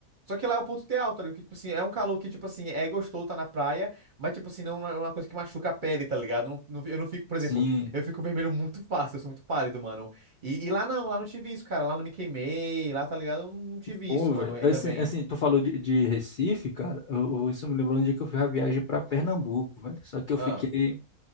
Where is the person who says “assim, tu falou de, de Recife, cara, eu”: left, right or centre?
Left